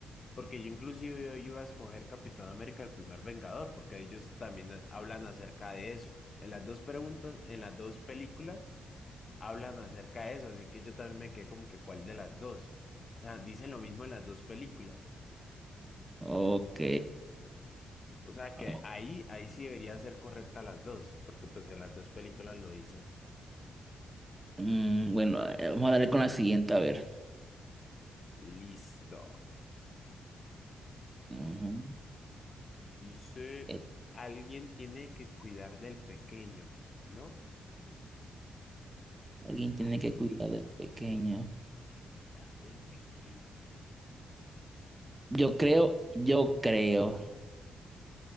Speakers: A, on the left (about 40°); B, on the right (about 15°).
A: Porque yo inclusive yo iba a escoger Capitán América, el primer Vengador, porque ellos también eh, hablan acerca de eso. En las dos preguntas, en las dos películas, hablan acerca de eso, así que yo también me quedé como que cuál de las dos. O sea, dicen lo mismo en las dos películas.
B: Ok,
A: O sea que
B: vamos.
A: ahí, ahí sí debería ser correcta las dos, porque pues en las dos películas lo dicen.
B: Mm, bueno, eh, vamos a darle con la siguiente, a ver.
A: Listo.
B: Ujú.
A: Dice,
B: Eh,
A: alguien tiene que cuidar del pequeño, ¿no?
B: Alguien tiene
A: Alguien
B: que cuidar
A: tiene
B: del pequeño.
A: que cuidar del pequeño.
B: Yo creo, yo creo,